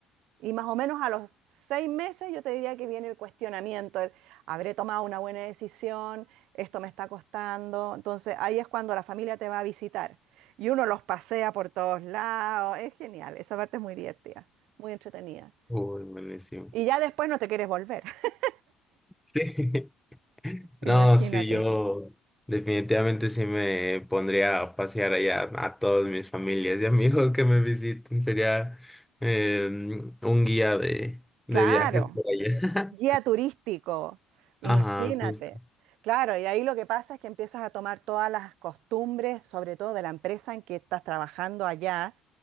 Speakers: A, on the right (about 70°); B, in the centre.
A: y más o menos a los seis meses yo te diría que viene el cuestionamiento, el, habré tomado una buena decisión, esto me está costando, entonces ahí es cuando la familia te va a visitar y uno los pasea por todos lados, es genial, esa parte es muy divertida, muy entretenida.
B: Uy, buenísimo.
A: Y ya después no te quieres volver. <laughs>
B: Sí. <laughs> No,
A: Imagínate.
B: sí, yo definitivamente sí me pondría a pasear allá a todas mis familias y amigos que me visiten. Sería eh, un guía de, de
A: Claro,
B: viajes por allá.
A: guía turístico. Imagínate.
B: <laughs> Ajá, justo.
A: Claro, y ahí lo que pasa es que empiezas a tomar todas las costumbres, sobre todo de la empresa en que estás trabajando allá,